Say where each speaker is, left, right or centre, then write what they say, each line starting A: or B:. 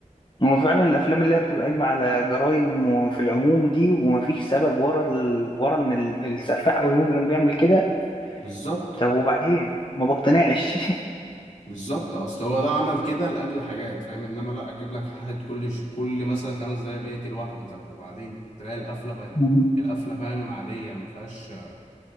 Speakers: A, on the left; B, on the left.
A: هو فعلا الافلام اللي هي بتبقى قايمه على جرائم في العموم دي ومفيش سبب ورا ال... ورا ان ال- السفاح او المجرم بيعمل كده
B: بالظبط
A: طب وبعدين ما بقتنعش
B: بالظبط اصل هو ده عمل كده لاجل حاجات فاهم انما لا اجيب لك حد كل ش... كل مثلا خمس دقايق بيقتل واحدة طب وبعدين تلاقي القفلة بقت
A: <laughs>
B: القفلة فاهم عادية ما فيهاش ما